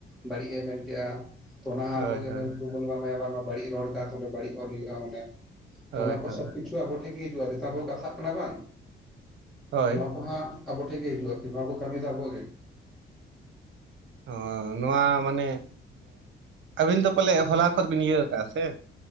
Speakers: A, in the centre; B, on the right.
A: ᱵᱟᱹᱲᱤᱡ ᱮ ᱢᱮᱱ ᱠᱮᱜᱼᱟ ᱛᱚ ᱚᱱᱟ
B: ᱦᱳᱭ
A: ᱟᱵᱚ ᱜᱮ
B: ᱦᱳᱭ
A: ᱮᱯᱷᱩᱴᱵᱚᱞ ᱮᱢᱟᱭᱟ ᱵᱟᱹᱲᱤᱡ ᱨᱚᱲ ᱵᱟᱹᱲᱤᱡ ᱚᱞ ᱦᱩᱭᱩᱜᱼᱟ ᱢᱟᱱᱮ
B: ᱦᱳᱭ
A: ᱛᱚ ᱚᱱᱟ ᱠᱚ
B: ᱦᱳᱭ
A: ᱥᱚᱵ ᱠᱤᱪᱷᱩ ᱟᱵᱚ ᱴᱷᱮᱱ ᱜᱮ ᱦᱤᱡᱩᱜᱼᱟ ᱡᱮᱛᱟ ᱵᱚ ᱠᱟᱛᱷᱟᱜ ᱠᱟᱱᱟ ᱵᱟᱝ
B: ᱦᱳᱭ
A: ᱱᱚᱣᱟ ᱠᱚ ᱦᱟᱸᱜ ᱟᱵᱚ ᱴᱷᱮᱡ ᱦᱤᱡᱩᱜ ᱟ ᱱᱚᱭᱟ ᱠᱚ ᱠᱟᱹᱢᱤ ᱫᱚ ᱟᱵᱚᱭᱟᱜ ᱜᱮ
B: ᱦᱚᱸ ᱱᱚᱣᱟ ᱢᱟᱱᱮ ᱟᱹᱵᱤᱱ ᱫᱚ ᱯᱟᱞᱮ ᱦᱚᱞᱟ ᱠᱷᱚᱱ ᱵᱤᱱ ᱤᱭᱟᱹ ᱠᱟᱜᱼᱟ ᱥᱮ